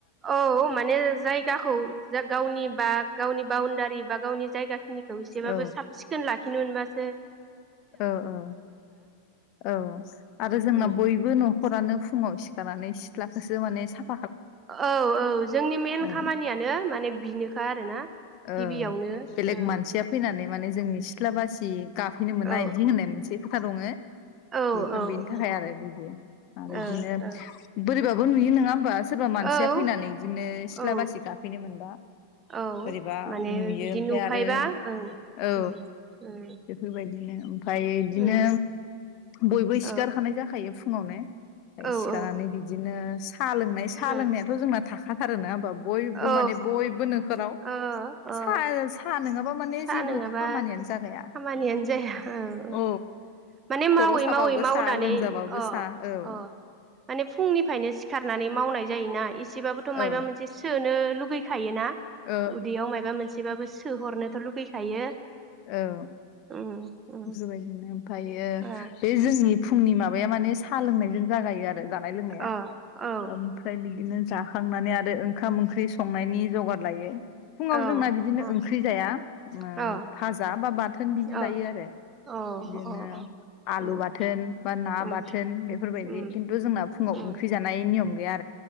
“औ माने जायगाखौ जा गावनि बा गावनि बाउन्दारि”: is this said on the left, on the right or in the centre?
Right